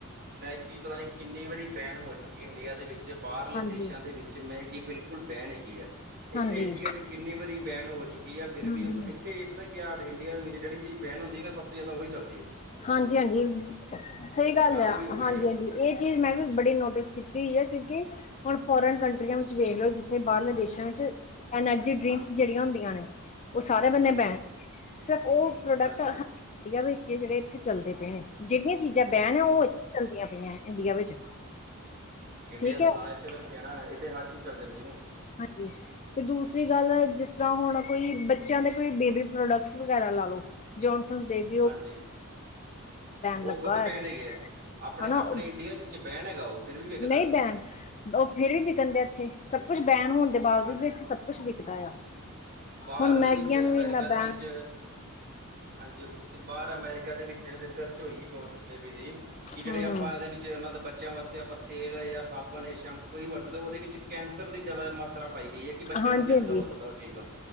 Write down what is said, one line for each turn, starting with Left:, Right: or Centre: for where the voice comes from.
Right: ਮੈਗੀ ਪਤਾ ਨੀ ਕਿੰਨੀ ਵਾਰੀ ਬੈਨ ਹੋ ਚੁੱਕੀ ਇੰਡੀਆ ਦੇ ਵਿੱਚ। ਜੇ ਬਾਹਰਲੇ
Left: ਹਾਂਜੀ
Right: ਦੇਸ਼ਾਂ ਦੇ ਵਿੱਚ ਮੈਗੀ ਬਿਲਕੁਲ ਬੈਨ ਹੈਗੀ ਐ।
Left: ਹਾਂਜੀ
Right: ਇੱਥੇ ਇੰਡੀਆ ਚ ਕਿੰਨੀ ਵਾਰੀ ਬੈਨ ਹੋ ਚੁੱਕੀ ਆ ਫਿਰ
Left: ਹਮ
Right: ਵੀ ੲ
Left: ਹਮ
Right: ਇੱਥੇ ਪਤਾ ਕੀ ਏ ਆਹਡੇ ਇੰਡੀਆ ਦੇ ਵਿੱਚ ਜਿਹੜੀ ਚੀਜ਼ ਬੈਣ ਹੁੰਦੀ ਨਾ ਸਭ ਤੋਂ ਜਿਆਦਾ ਉਹੀ ਚੱਲਦੀ ਏ।
Left: ਹਾਂਜੀ, ਹਾਂਜੀ ਸਹੀ ਗੱਲ
Right: ਖਾਂਦੇ
Left: ਆ
Right: ਵੀ ਉਹੀ
Left: ਹਾਂਜੀ,
Right: ਆ।
Left: ਹਾਂਜੀ ਇਹ ਚੀਜ਼ ਮੈਂ ਵੀ ਬੜੀ ਨੋਟਿਸ ਕੀਤੀ ਹੋਈ ਆ ਕਿਉਂਕਿ ਹੁਣ ਫੋਰਨ ਕੰਟਰੀਆਂ ਵਿੱਚ ਵੇਖ ਲੋ ਬਾਹਰਲੇ ਦੇਸ਼ਾਂ ਵਿੱਚ ਐਨਰਜੀ ਡ੍ਰਿੰਕਸ
Right: ਹਾਂਜੀ,
Left: ਜਿਹੜੀਆਂ ਹੁੰਦੀਆਂ ਨੇ ਉਹ ਸਾਰੇ ਬੰਨੇ
Right: ਹਾਂਜੀ,
Left: ਬੈਨ ਸਿਰਫ ਫੁਡ ਪ੍ਰੋਡਕਟ
Right: ਹਾਂਜੀ
Left: ਹੈਗਾ ਵੀ ਵਿੱਚ ਜਿਹੜੇ ਇੱਥੇ ਚੱਲਦੇ ਪਏ ਨੇ ਜਿਹੜੀਆਂ ਚੀਜ਼ਾਂ ਬੈਨ
Right: ਬਸ
Left: ਉਹ ਇ ਚੱਲਦੀਆਂ ਪਈਆਂ ਇੰਡੀਆ ਵਿੱਚ
Right: ਇੰਡੀਆ
Left: ਠੀਕ
Right: ਦਾ
Left: ਹੈ
Right: ਨਾਂ ਏਸੇ ਕਰਕੇ ਆ ਨਾ ਇੱਥੇ ਹਰ ਚੀਜ਼ ਚੱਲ ਜਾਂਦੀ ਨਾ
Left: ਹਾਂਜੀ ਤੇ ਦੂਸਰੀ ਗੱਲ ਜਿਸ ਤਰ੍ਹਾਂ ਹੁਣ ਕੋਈ ਬੱਚਿਆਂ ਦੇ ਕੋਈ ਬੇਬੀ ਪ੍ਰੋਡਕਟਸ ਵਗੈਰਾ ਲਾ ਲਓ ਜੋਨਸਨ ਬੇਬ
Right: ਹਾਂਜੀ ਉਹ
Left: ਲੱਗਾ
Right: ਖੁਦ
Left: ਹੋਇਆ
Right: ਬੈਨ
Left: ਸੀ
Right: ਹੈਗੇ ਆ ਆਪਣੇ
Left: ਹਨਾ
Right: ਆਪਣੇ ਇੰਡੀਆ ਚ ਚ ਬੈਨ ਹੈਗਾ ਉਹ ਫਿਰ ਵੀ ਵਿਕਦਾ
Left: ਨਹੀਂ
Right: ਉਹ
Left: ਬੈਨ ਉਹ ਫੇਰ ਵੀ ਵਿਕਨ ਦਿਆ ਇੱਥੇ ਸਭ ਕੁੱਛ ਬੈਨ ਹੋਨ ਦੇ ਬਾਵਜੂਦ
Right: ਹਾਂਜੀ।
Left: ਵੀ ਇੱਥੇ ਸਭ ਸਭ ਕੁਛ ਵਿਕਦਾ ਆ
Right: ਬਾਹਰ
Left: ਹੁਣ
Right: ਦੇ
Left: ਮੈਗੀਆਂ
Right: ਵਿੱਚ
Left: ਨੂੰ
Right: ਅਮੇਰੀਕਾ
Left: ਵੀ ਇੰਨਾ
Right: ਦੇ
Left: ਬੈਨ
Right: ਵਿੱਚ ਹਾਂਜੀ ਬਾਹਰ ਅਮੇਰੀਕਾ ਦੇ ਵਿੱਚ ਰਿਸਰਚ ਹੋਈ ਆ ਜੋਨਸਨ ਬੇਬੀ ਦੀ ਕਿ ਜਿਹੜੇ
Left: ਹੂੰ
Right: ਆਪਾਂ
Left: ਹੂੰ
Right: ਇਹਦੇ ਵਿੱਚ ਇਹਨਾਂ ਦੇ ਬੱਚਿਆਂ ਵਾਸਤੇ ਆਪਾਂ ਤੇਲ ਜਾਂ ਸਾਬਣ ਜਾਂ ਸ਼ੈਂਪੂ ਕੋਈ ਵੀ ਵਰਤਦੇ ਉਹਦੇ ਵਿੱਚ ਕੈਂਸਰ ਦੀ ਜ਼ਿਆਦਾ ਮਾਤਰਾ ਪਾਈ ਗਈ ਏ ਕਿ ਬੱਚਿਆਂ
Left: ਹਾਂਜੀ
Right: ਨੂੰ ਕੈਂਸਰ
Left: ਹਾਂਜੀ
Right: ਹੋ ਸਕਦਾ ਉਹ ਚੀਜ਼ ਦਾ